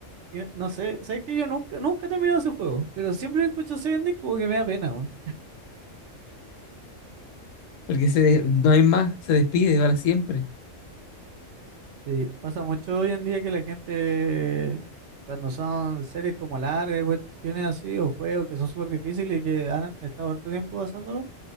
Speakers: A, on the right; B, on the left.
A: y no no sé, sé que yo nunca, nunca he terminado ese juego, pero siempre que escucho ese ending como que me da pena, weón.
B: Porque se de- no hay más, se despide para siempre.
A: Sí, pasa mucho hoy en día que la gente, cuando son series como largas y cuestiones así, o juegos que son súper difíciles y que han estado harto tiempo pasándolo,